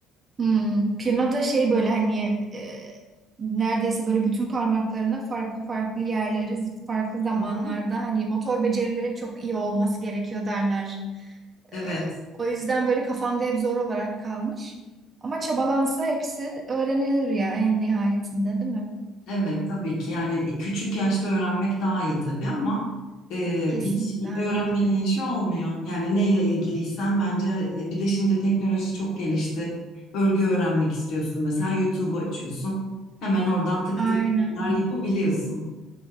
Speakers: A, on the right; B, on the left.
A: Hmm, pirna da şey böyle hani e, neredeyse böyle bütün parmaklarına farklı farklı yerleri farklı zamanlarda
B: Hı hı.
A: hani motor becerileri çok iyi olması gerekiyor derler.
B: Evet.
A: E, o yüzden böyle kafamda hep zor olarak kalmış. Ama çabalansa hepsi öğrenilir ya en nihayetinde değil mi?
B: Evet tabii ki yani e, küçük yaşta öğrenmek daha iyi tabii ama e,
A: Kesinlikle
B: hiç
A: aynen.
B: öğrenmenin yaşı olmuyor. Yani neyle ilgiliysen bence her- e, bir de şimdi teknoloji çok gelişti. Örgü öğrenmek istiyorsun mesela YouTube'u açıyorsun. Hemen oradan tık
A: Aynen.
B: tık tıklar yapabiliyorsun.